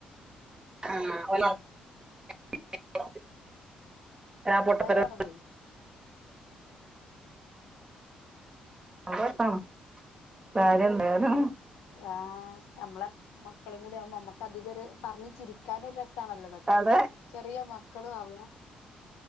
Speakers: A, on the right; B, on the left.
A: ആ
B: അതാ ഞാൻ പറഞ്ഞതേ
A: ഹും കാര്യം എന്തായാലും
B: ആ് നമ്മളെ മക്കളും കൂടി ആകുമ്പോൾ നമ്മുക്ക് അധികം ഒരു പറഞ്ഞ ചിരിക്കാന നല്ലതൊക്കെ
A: അതെ
B: ചെറിയ മക്കളും അവ